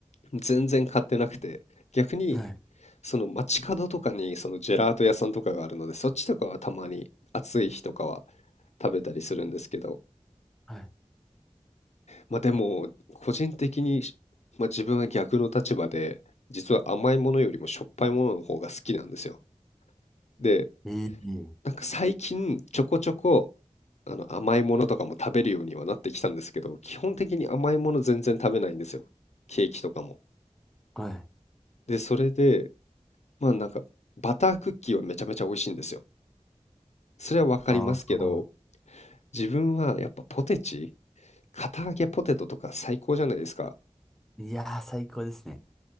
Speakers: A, on the left; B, in the centre.
A: 全然買ってなくて、逆に
B: はい。
A: その街角とかにそのジェラート屋さんとかがあるので、そっちとかはたまに暑い日とかは食べたりするんですけど、
B: はい。
A: まあでも個人的に、まあ、自分は逆の立場で、実は甘いものよりもしょっぱいものの方が好きなんですよ。で、
B: ええ
A: なんか最近ちょこちょこあの甘いものとかも食べるようにはなってきたんですけど、基本的に甘いもの全然食べないんですよ。ケーキとかも。
B: はい。
A: で、それで、まあなんか、バタークッキーはめちゃめちゃ美味しいんですよ。それはわかりますけど、
B: ああ、
A: 自分はやっぱポテチ、堅揚げポテトとか最高じゃないですか。
B: いやー、最高ですね。